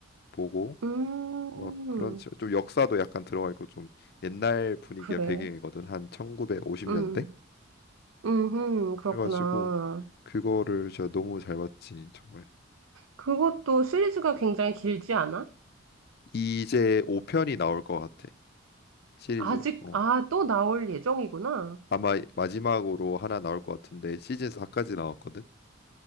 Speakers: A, on the left; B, on the right.
A: 보고
B: 음,
A: 뭐 그런 식 좀 역사도 약간 들어가 있고 좀 옛날 분위기가
B: 그래.
A: 배경이거든 한 1950년대
B: 음, 음, 그렇구나.
A: 그래가지고 그거를 제가 너무 잘 봤지 정말
B: 그것도 시리즈가 굉장히 길지 않아?
A: 이제 5편이 나올 것 같아 시리즈
B: 아직,
A: 어
B: 아, 또 나올 예정이구나.
A: 아마 마지막으로 하나 나올 것 같은데 시즌 4까지 나왔거든